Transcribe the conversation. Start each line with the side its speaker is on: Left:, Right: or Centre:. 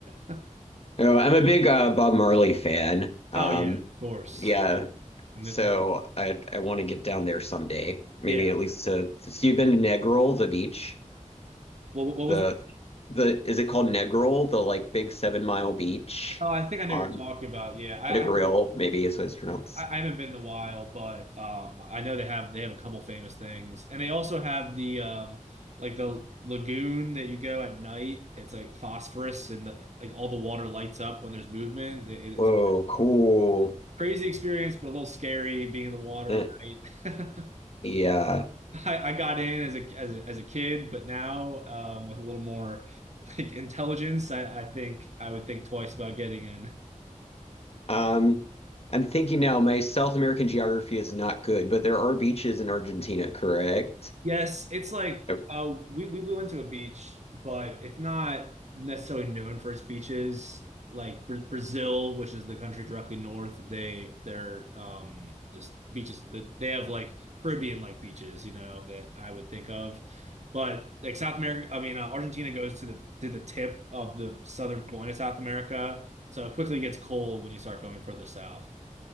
Right: <laughs>
Left: Oh, I'm a big uh, Bob Marley fan. Um,
Right: Oh yeah, of course.
Left: yeah.
Right: And
Left: So
Right: then,
Left: I I want to get down there someday. Maybe
Right: yeah.
Left: at least to, to see. You've been to Negril, the beach.
Right: Well, what
Left: The
Right: was that?
Left: the is it called Negril? The like big seven mile beach
Right: Oh, I think I know
Left: on
Right: what you're talking about. Yeah, I,
Left: Negril, maybe is what it's pronounced.
Right: I, haven't been in a while, but um, I know they have they have a couple famous things, and they also have the um, like the lagoon that you go at night. It's like phosphorus, and the, like all the water lights up when there's movement. It-
Left: Whoa,
Right: it's a
Left: cool.
Right: crazy experience, but a little scary being in the water
Left: Eh,
Right: at night.
Left: Yeah.
Right: <laughs> I, I got in as a as a, as a kid, but now um, with a little more like intelligence, I, I think I would think twice about getting in.
Left: Um, I'm thinking now, my South American geography is not good, but there are beaches in Argentina, correct?
Right: Yes, it's like
Left: Yep.
Right: uh, we, we we went to a beach, but it's not necessarily known for its beaches. Like Bra Brazil, which is the country directly north, they they're um just beaches that they have like Caribbean like beaches, you know, that I would think of. But like South America, I mean, uh, Argentina goes to the to the tip of the southern point of South America, so it quickly gets cold when you start going further south.